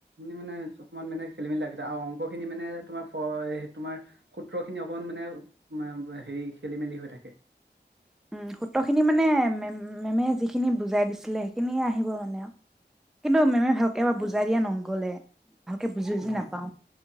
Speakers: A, on the right (about 80°); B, in the centre.
A: নিত মানে অকমান মানে খেলি মেলি লাগি যায় আৰু অংক খিনি মানে তোমাৰ তোমাৰ সূত্ৰ খিনি অকন মানে আও হেই, খেলি মেলি হৈ থাকে।
B: উম, সূত্ৰখিনি মানে মেম, মেমে যিখিনি বুজাই দিছিলে, সেইখিনিৱে আহিব মানে আও কিন্তু মেমে ভালকে এইবা বুজাই দিয়া নগ'লে ভালকে বুজি বুজি
A: অ',
B: নাপাও